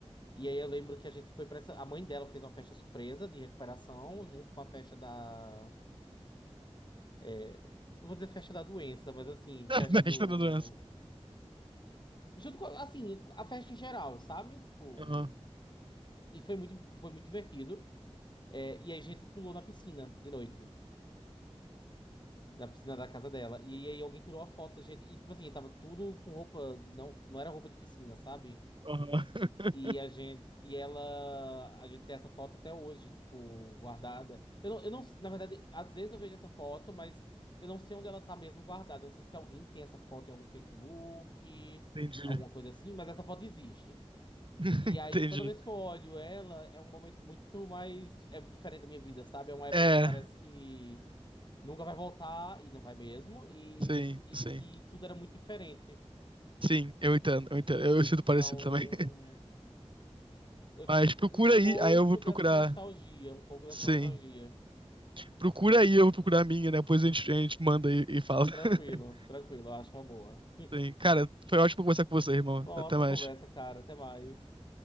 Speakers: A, on the left; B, on the right.
A: E aí eu lembro que a gente foi pra essa... A mãe dela fez uma festa surpresa de recuperação, junto com a festa da... é, não vou dizer festa da doença, mas assim,
B: <laughs>
A: festa
B: Mestre
A: do...
B: da doença.
A: Junto com, assim, a festa em geral, sabe? Tipo...
B: Aham.
A: E foi muito, foi muito divertido. É, e aí a gente pulou na piscina de noite. Na piscina da casa dela. E aí alguém tirou a foto da gente. E tipo assim, tava tudo com roupa de. Não, não era roupa de piscina, sabe?
B: Aham. <laughs>
A: E a gente. E ela. A gente tem essa foto até hoje, tipo, guardada. Eu não, eu não. Na verdade, às vezes eu vejo essa foto, mas eu não sei onde ela tá mesmo guardada. Eu não sei se alguém tem essa foto em algum Facebook,
B: Entendi.
A: alguma coisa assim, mas essa foto existe.
B: <laughs>
A: E aí,
B: Entendi.
A: toda vez que eu olho ela, é um momento muito mais. É diferente da minha vida, sabe? É uma época
B: É,
A: que parece que nunca vai voltar, e não vai mesmo, e,
B: sim,
A: e
B: sim.
A: que tudo era muito diferente.
B: Sim, eu entendo, eu entendo. Eu, eu sinto
A: Então,
B: parecido também. <laughs>
A: eu
B: Mas
A: tenho
B: procura
A: um, um
B: aí,
A: pouco
B: aí eu vou procurar.
A: dessa nostalgia, um pouco dessa
B: Sim.
A: nostalgia.
B: Procura aí, eu vou procurar a minha, né? Depois a gente, a gente manda e, e fala. <laughs>
A: Tranquilo, tranquilo, eu acho uma boa.
B: Sim. Cara, foi ótimo conversar com você, irmão.
A: Bom, ótima
B: Até mais.
A: conversa, cara. Até mais.